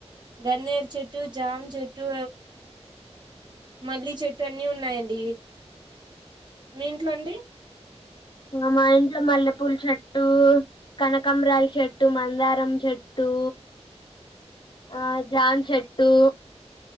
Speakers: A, on the right; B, on the left.
A: గన్నేర్ చెెట్టు జామ్ చెట్టు మల్లి చెట్టు అన్నీ ఉన్నాయండి మీ ఇంట్లో అండి <inaudible>
B: మ మా ఇంట్లో మల్లెపూల చెట్టు కనకంబరాల చెట్టు మందారం చెట్టు
A: <inaudible>
B: ఆ జామ్ చెట్టు